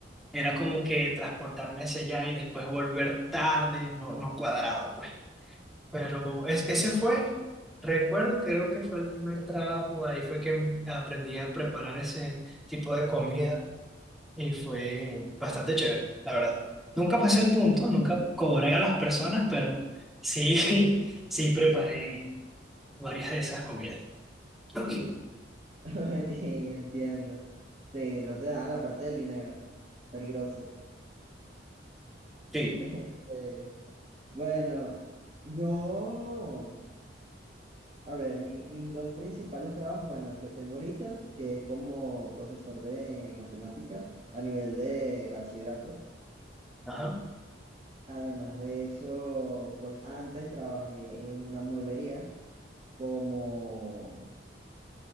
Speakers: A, in the centre; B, on the right (about 35°).
A: era como que transportarme hacia allá y después volver tarde, no, no cuadraba, pues. Pero es- ese fue, recuerdo, creo que fue el primer trabajo, ahí fue que aprendí a preparar ese tipo de comida y fue bastante chévere, la verdad. Nunca pasé el punto, nunca cobré a las personas, pero sí, <laughs> sí preparé varias de esas comidas. <clears throat> Sí.
B: Ok, entiendo. Sí, no te dan la parte del dinero. Peligroso.
A: Sí,
B: <laughs> Este, bueno, yo... A ver, mi- mis dos principales trabajos, bueno, el que tengo ahorita, que es como profesor de matemáticas a nivel de bachillerato.
A: Ajá.
B: Además de eso, pues antes trabajé en una mueblería como,